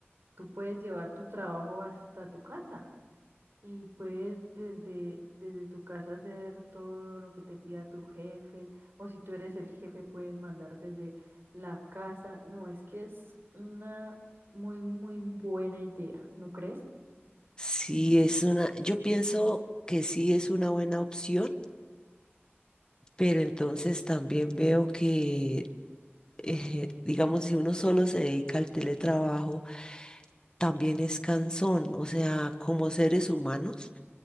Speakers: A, on the right (about 60°); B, on the left (about 20°).
A: tú puedes llevar tu trabajo hasta tu casa y puedes desde, desde tu casa hacer todo lo que te pida tu jefe o si tú eres el jefe puedes mandar desde la casa. No, es que es una muy, muy buena idea, ¿no crees?
B: Sí es una, yo pienso que sí es una buena opción, pero entonces también veo que eh, digamos, si uno solo se dedica al teletrabajo, también es cansón. O sea, como seres humanos